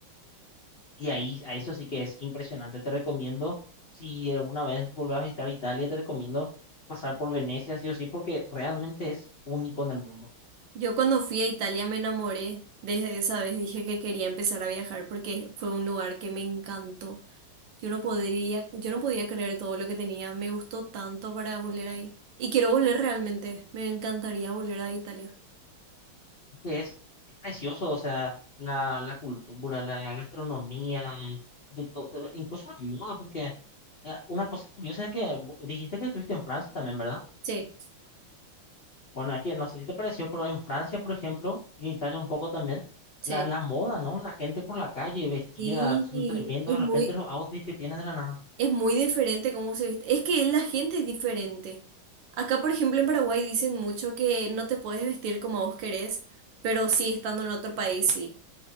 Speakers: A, on the left; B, on the right.
A: Y ahí, a eso sí que es impresionante. Te recomiendo, si alguna vez vuelves a visitar Italia, te recomiendo pasar por Venecia, sí o sí, porque realmente es único en el mundo.
B: Yo cuando fui a Italia me enamoré. Desde esa vez dije que quería empezar a viajar porque fue un lugar que me encantó. Yo no podría, yo no podía creer todo lo que tenía. Me gustó tanto para volver ahí. Y quiero volver realmente. Me encantaría volver a Italia.
A: Es, es precioso, o sea, la, la cultura, la gastronomía, de todo, incluso la moda, porque eh, una cosa curiosa es que vo- dijiste que estuviste en Francia también, ¿verdad?
B: Sí,
A: Bueno, es que no sé si te pareció, pero en Francia, por ejemplo, y en Italia un poco también,
B: sí.
A: la, la moda, ¿no? La gente por la calle vestida,
B: Sí,
A: son tremendos
B: es
A: de
B: muy,
A: repente los outfits que tienen de la nada.
B: es muy diferente cómo se viste. Es que la gente es diferente. Acá, por ejemplo, en Paraguay dicen mucho que no te puedes vestir como vos querés, pero sí estando en otro país, sí.